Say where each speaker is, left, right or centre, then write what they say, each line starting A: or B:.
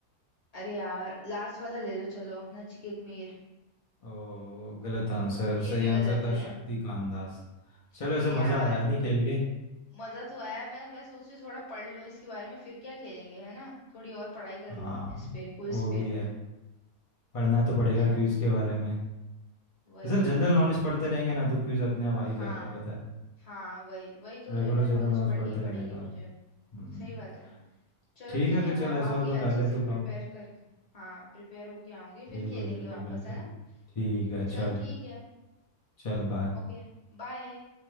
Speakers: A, on the left; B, on the left.
A: अरे यार लास्ट वाला ले लो चलो नचिकेत मीर
B: ओ गलत आंसर
A: ये
B: सही
A: भी गलत
B: आंसर था
A: है
B: शक्तिकांत दास चलो
A: अरे
B: ऐसे मज़ा
A: यार
B: आया नहीं खेल के
A: मजा तो आया मैं मैं सोच रही हूँ थोड़ा पढ़ लूँ इसके बारे में फिर क्या खेलेंगे है ना थोड़ी और पढ़ाई कर
B: हाँ
A: लूँ इस पे क्विज
B: वो
A: पे
B: भी है पढ़ना तो पड़ेगा
A: है ना
B: क्विज के बारे में
A: वही
B: सर
A: वही
B: जनरल
A: वही
B: नॉलेज पढ़ते रहेंगे ना तो क्विज अपने आप आ ही
A: हाँ
B: जाता है पता
A: हाँ वही वही तो
B: है रेगुलर
A: जनरल
B: जनरल
A: नॉलेज
B: नॉलेज
A: पढ़नी
B: पढ़ते
A: ही पड़ेगी
B: रहने का
A: मुझे
B: हम्म
A: सही बात है चलो
B: ठीक
A: ठीक
B: है
A: है
B: फिर चल
A: मैं अब
B: ऐसा
A: आऊंगी
B: हो तो
A: अच्छे
B: कर ले
A: से
B: तू
A: प्रिपेयर
B: काम
A: करके हाँ प्रिपेयर होके आऊंगी फिर
B: बिल्कुल
A: खेलेंगे
B: बिल्कुल
A: वापस
B: बिल्कुल
A: है ना
B: ठीक है
A: चलो
B: चल
A: ठीक है
B: चल बाय
A: ओके बाय